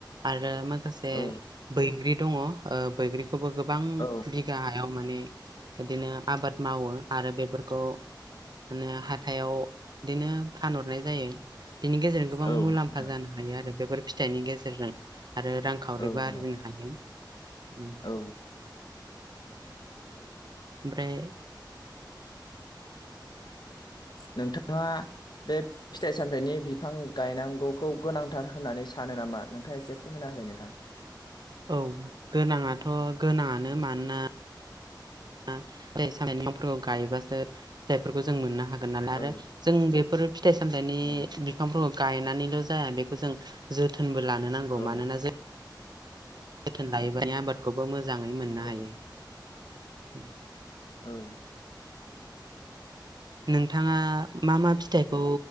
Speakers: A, on the right; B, on the left.
A: आरो माखासे
B: औ
A: बैग्रि दङ ओ बैग्रि खौबो गोबां
B: औ
A: बिघा हायाव मा ने बिदिनो आबाद मावो आरो बेफोरखौ हानो हाथायाव बिदिनो फानहरनाय जायो। बिनि गेजेरजों गोबां
B: औ
A: मुलाम्फा
B: नोंथां
A: जानो हायो आरो बेफोर फिथाइनि गेजेरजों। आरो रांखावरिबो
B: औ
A: आरजिनो
B: औ
A: हायो उम।
B: औ
A: ओमफ्राय
B: नोंथाङा बे फिथाइ सामथाइनि बिफां गायनांगौखौ गोनांथार होननानै सान नामा नोंथाङा एसे फोरमायना होलाय नोंथां।
A: औ गोनाङाथ' गोनाङानो मानोना आ फिथाइ सामथाइनि बिफांफोरखौ गायबासो फिथायफोरखौ जों मोननो हा गोन नाला आरो
B: औ
A: जों बेफोर फिथाइ सामथाइनि
B: औ
A: बिफांफोरखौ गायनानैल' जाया बेखौ जों जोथोनबो लानो नांगौ
B: औ
A: मानोना जों थोन लायोबा आबादखौबो मोजाङै मोननो
B: औ
A: हायो उम।
B: औ।
A: नोंथाङा मा मा फिथाइखौ